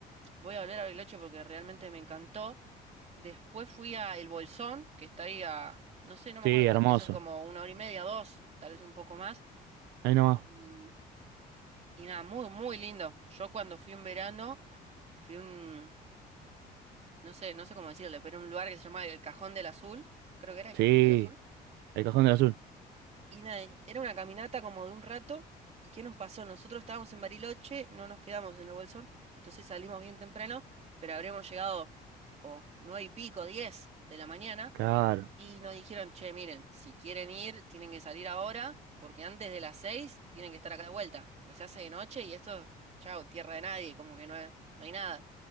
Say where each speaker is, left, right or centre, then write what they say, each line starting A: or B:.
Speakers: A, on the right; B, on the right.
A: voy a volver a Bariloche porque realmente me encantó. Después fui a El Bolsón, que está ahí a, no sé, no me
B: sí,
A: acuerdo, creo
B: hermoso.
A: que son como una hora y media, dos, tal vez un poco más.
B: Ahí nomás.
A: Y, y nada, muy, muy lindo. Yo cuando fui en verano, fui a un, no sé, no sé cómo decirle, pero un lugar que se llama El Cajón del Azul, creo que era El
B: Sí,
A: Cajón del Azul.
B: el Cajón del Azul.
A: Y nada, y era una caminata como de un rato. ¿Y qué nos pasó? Nosotros estábamos en Bariloche, no nos quedamos en el Bolsón, entonces salimos bien temprano, pero habremos llegado tipo nueve y pico, diez de la mañana.
B: Claro.
A: Y nos dijeron, che, miren, si quieren ir, tienen que salir ahora, porque antes de las seis tienen que estar acá de vuelta, porque se hace de noche y esto, chao, tierra de nadie, como que no, hay- no hay nada.